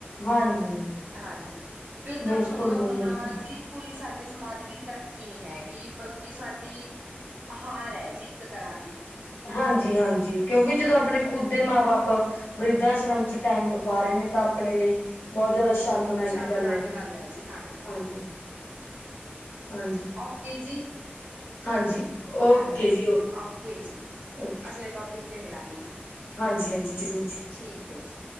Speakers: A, on the left; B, on the right.
A: ਹਾਂਜੀ।
B: ਹਾਂਜੀ ਬਿਰਧ
A: ਬਿਲਕੁਲ
B: ਆਸ਼ਮ ਦਾ
A: ਮੈਮ
B: ਹੋਣਾ
A: ਬਿਲਕੁਲ।
B: ਜੀ, ਕੋਈ ਸਾਡੇ ਸਮਾਜ ਲਈ ਤਰਕੀ ਨੀ ਹੈਗੀ ਬਲਕਿ ਸਾਡੀ ਹਾਰ ਐ ਜੀ ਇਕ ਤਰ੍ਹਾਂ ਦੀ
A: ਹਾਂਜੀ- ਹਾਂਜੀ ਕਿਉਕਿ ਜਦੋ
B: ਹਾਂਜੀ
A: ਆਪਣੀ ਖੁਦ ਦੇ ਮਾਂ ਬਾਪ ਵਰਿਧਾ ਆਸ਼ਰਮ 'ਚ ਟਾਈਮ ਟਪਾ ਰਹੇ ਨੇ ਤਾਂ ਆਪਣੇ ਲਈ ਬਹੁਤ ਜਿਆਦਾ ਸ਼ਰਮਨਾਇਕ
B: ਸ਼ਰਮਨਾਕ
A: ਗੱਲ ਐ ਇਹੇ
B: ਹੈ ਜੀ
A: ਹਾਂਜੀ। ਹਾਂਜੀ,
B: ਔਕੇ ਜੀ।
A: ਹਾਂਜੀ, ਓਕੇ
B: ਹਾਂਜੀ
A: ਜੀ
B: ਓਕੇ ਜੀ,
A: ਓਕੇ
B: ਅਗਲੇ ਟੋਪਿਕ 'ਤੇ ਮਿਲਾਗੇ ਜੀ।
A: ਹਾਂਜੀ ਹਾਂਜੀ ਜ਼ਰੂਰ ਜੀ,
B: ਠੀਕ ਐ ਜੀ।